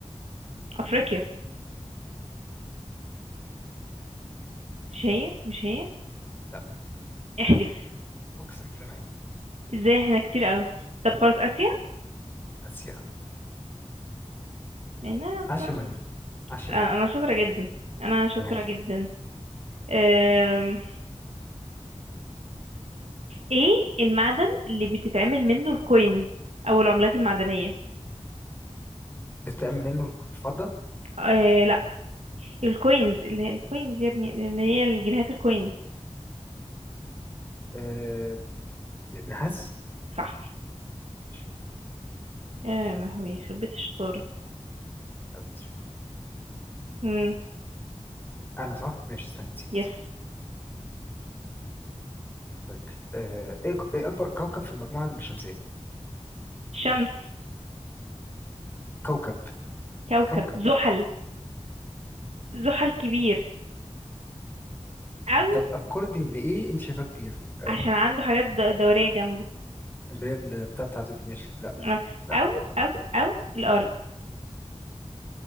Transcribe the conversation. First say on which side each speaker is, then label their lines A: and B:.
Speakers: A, on the right; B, on the left.
A: أفريقيا مش هي مش هي
B: لا
A: احلف
B: اقسم بالله ما هي
A: ازاي احنا كتير قوي طب خلاص آسيا
B: اسيا
A: لأن أنا أصلا
B: عش منه عش منه
A: آه، أنا شاطرة جدا أنا شاطرة
B: انا عارف
A: جدا أم... إيه المعدن اللي بتتعمل منه الكوينز أو العملات المعدنية
B: بتعمل منه الفضه
A: آه، لا الكوينز اللي هي الكوينز يا ابني اللي هي الجنيهات الكوينز
B: آه... نحاس
A: صح
B: ماشي.
A: يا لهوي يخرب بيت الشطارة
B: أنت شكرا
A: امم
B: انا صح ماشي استنى نسيت
A: يس
B: طيب آه... ايه إيه اكبر كوكب في المجموعه الشمسيه
A: شمس
B: كوكب
A: كوكب
B: كوكب
A: زحل زحل كبير او
B: طب اكوردنج لايه انت شايفاه كبير اه
A: عشان عنده حاجات د- دورية جنبه
B: اللي هي البتاع بتاعته دي ماشي لا
A: آه،
B: لا
A: او
B: غلط
A: او او الارض